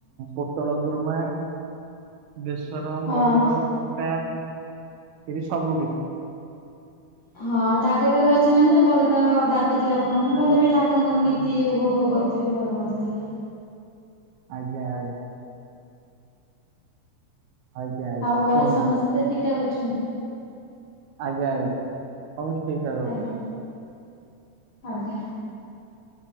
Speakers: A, on the right; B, on the left.
A: ପୋଟଳ ଗୁରୁମା। ବେସର ମହୁର
B: ହଁ।
A: ଖଟା ଏ ସବୁ କିଛି।
B: ହଁ ଠାକୁର ପାଖରେ ଅଛନ୍ତି ମାନେ ଭଲ ତ ଡାକ ଦେଖୁଥିବେ ଆପଣମାନେ
A: ଆଜ୍ଞା
B: ଭଲ ବି ଠାକୁରଙ୍କର ନୀତି
A: ଆଜ୍ଞା
B: ଯଉ ଭୋଗ କରୁଥିବେ ଭଲ କରିଥିବେ
A: ଆଜ୍ଞା ଆଜ୍ଞା। ଆଜ୍ଞା ଆଜ୍ଞା
B: ଆଉ ଘରେ
A: କୁହନ୍ତୁ
B: ସମସ୍ତେ ଠିକ୍ ଠାକ୍ ଅଛନ୍ତି।
A: ଆଜ୍ଞା ଆଜ୍ଞା ହବ ଠିକ୍ ଠାକ୍ ଅଛନ୍ତି।
B: ଆଜ୍ଞା ଆଜ୍ଞା।